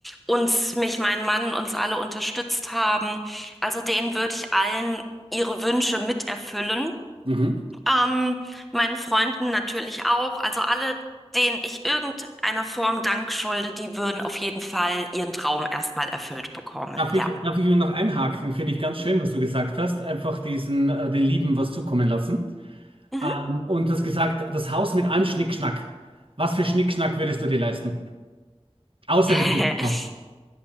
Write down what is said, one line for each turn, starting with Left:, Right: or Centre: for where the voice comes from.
Centre: uns, mich, mein Mann, uns alle unterstützt haben. Also denen würde ich allen ihre Wünsche miterfüllen.
Right: Mhm.
Centre: Ähm, meinen Freunden natürlich auch. Also alle, denen ich irgendeiner Form Dank schulde, die würden auf jeden Fall ihren Traum erstmal erfüllt bekommen.
Right: Darf ich,
Centre: Ja.
Right: darf ich nur noch einhaken? Finde ich ganz schön, was du gesagt hast. Einfach diesen, äh, den Lieben was zukommen lassen.
Centre: Mhm.
Right: Ähm, und das gesagt, das Haus mit allem Schnickschnack. Was für Schnickschnack würdest du dir leisten? Außer
Centre: <laughs>
Right: die Pizza.